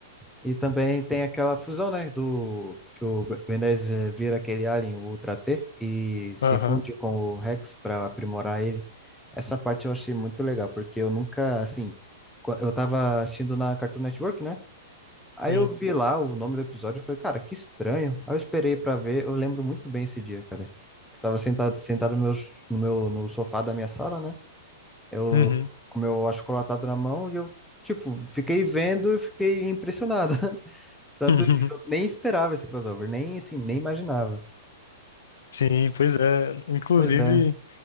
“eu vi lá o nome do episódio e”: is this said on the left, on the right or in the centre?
Centre